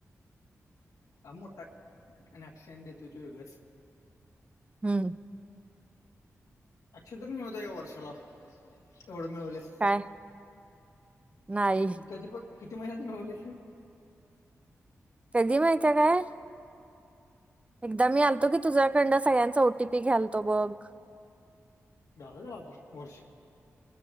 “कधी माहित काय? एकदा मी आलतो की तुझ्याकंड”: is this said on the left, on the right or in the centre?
Right